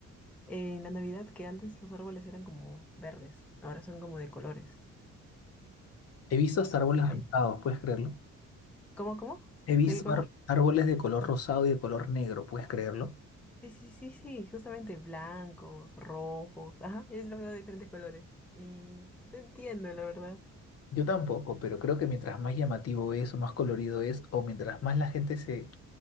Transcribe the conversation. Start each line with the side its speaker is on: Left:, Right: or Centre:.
Centre: Eh, en la Navidad, que antes los árboles eran como verdes, ahora son como de colores.
Left: He visto hasta árboles
Centre: Ay,
Left: rosados, ¿puedes creerlo?
Centre: ¿cómo, cómo?
Left: He visto
Centre: ¿De qué color?
Left: ar- árboles de color rosado y de color negro, ¿puedes creerlo?
Centre: Sí, sí, sí, sí, justamente blancos, rojos, ajá, es lo veo de diferentes colores. Y no entiendo, la verdad.
Left: Yo tampoco, pero creo que mientras más llamativo es o más colorido es o mientras más la gente se,